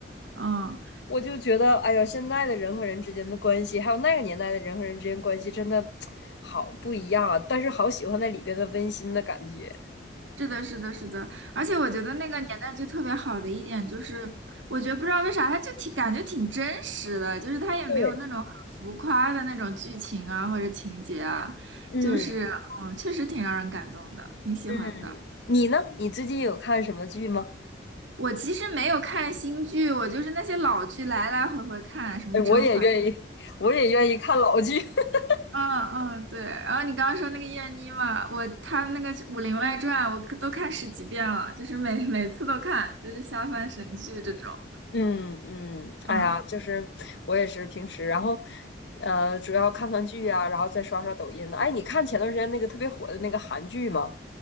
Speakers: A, on the right (about 80°); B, on the left (about 65°).
A: 嗯。
B: 我就觉得，哎呀，现在的人和人之间的关系，还有那个年代的人和人之间关系，真的好不一样啊！但是好喜欢那里边的温馨的感觉。
A: 是的，是的，是的，而且我觉得那个年代剧特别好的一点就是，我觉得不知道为啥，它就挺感觉挺真实的，就是它也没有那种很浮夸的那种剧情啊或者情节啊，
B: 对，嗯
A: 就是嗯，确实挺让人感动的，挺喜欢的。
B: 嗯，你呢？你最近有看什么剧吗？
A: 我其实没有看新剧，我就是那些老剧来来回回看，什么《甄嬛》，
B: 哎，我也愿意，我也愿意看老剧。<laughs>
A: 嗯嗯，对。然后你刚刚说那个燕妮嘛，我她那个《武林外传》，我都看十几遍了，就是每每次都看，就是下饭神剧这种。
B: 嗯嗯，哎呀，
A: 嗯。
B: 就是我也是平时，然后呃，主要看看剧啊，然后再刷刷抖音呢。哎，你看前段时间那个特别火的那个韩剧吗？